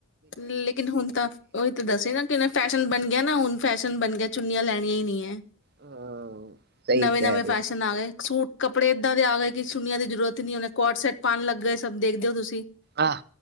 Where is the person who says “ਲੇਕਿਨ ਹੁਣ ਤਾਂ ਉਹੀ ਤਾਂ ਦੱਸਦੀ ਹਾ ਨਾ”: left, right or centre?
Left